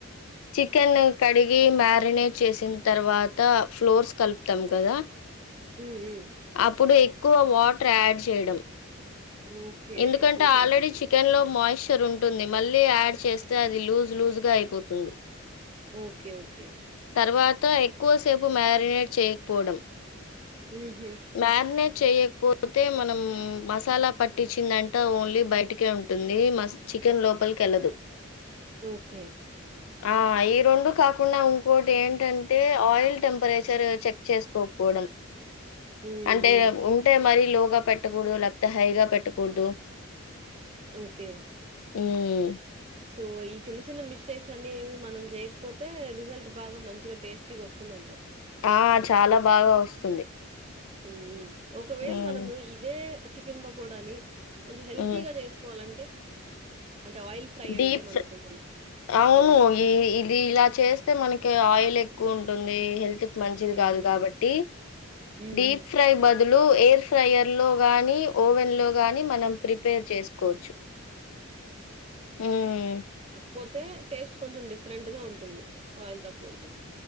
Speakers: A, on the left; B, on the right.
A: చికెన్ కడిగి మ్యారినేట్ చేసిన తర్వాత ఫ్లోర్స్ కలుపుతాం కదా
B: ఉమ్ ఉ
A: అప్పుడు ఎక్కువ వాట్ ట్రాడ్ చేయడం
B: ఓకే.
A: ఎందుకంటే
B: ఎక్కువ చేయకూడదు.
A: ఆల్రెడీ చికెన్ లో మాయిష్ తర్ ఉంటుంది మళ్ళీ యాడ్ చేస్తే అది లూజ్ లూజ్గా అయిపోతుంది
B: ఒకే ఒకే
A: తర్వాత ఎక్కువసేపు మ్యారినేట్ చేయకపోవడం
B: ఊహు
A: మ్యారినేట్ చేయకపోతే మనం మసాలా పట్టించ్చిదంటా ఓన్లీ బయటికే ఉంటుంది మ చికెన్ లోపలికెళ్ళదు
B: ఒకే
A: ఆ ఈ రెండు కాకుండా ఉంకోటేంటంటే ఆయిల్ టెంపరేచర్ చెక్ చేసుకోకపోవడం
B: హ్మ్.
A: అంటే
B: హ్మ్.
A: ఉంటే మరి స్లోగా పెట్టకూడదు లేకపోతే హైగా పెట్టకూడదు
B: ఒకే
A: ఉమ్
B: సో ఈ చిన్న చిన్న మిస్టేక్స్ అన్నేవి మనం చేయకపోతే రిజల్ట్ బాగా మంచిగా టేస్టీగా వస్తుందంటావ్
A: ఆ చాలా బాగా వస్తుంది
B: ఉమ్ ఒకవేళ
A: హ్మ్.
B: మనము ఇదే చికెన్ పకోడాని కొంచెం హెల్తీగా
A: హ్మ్.
B: చేసుకోవాలంటే అంటే ఆయిల్ ఫ్రై
A: డీప్
B: అంటే మనకు కొంచెం
A: అవును
B: హ్మ్.
A: ఈ ఇది ఇలా చేస్తే మనకి ఆయిలె క్కు ఉంటుంది హెల్త్ మంచిది
B: హ్మ్.
A: కాదు
B: హ్మ్.
A: కాబట్టి
B: హ్మ్.
A: డీప్
B: హ్మ్. హ్మ్.
A: ఫ్రై బద్ దులు ఎయిర్ ఫ్రైయర్ లో గాని ఓవెన్ లో గాని మనం ప్రిపేర్ చేసుకోవచ్చు హ్మ్.
B: పోతే టేస్ట్ కొంచెం డిఫరెంట్ గా ఉంటుంది ఆయిల్ తక్కువ ఉంటుంది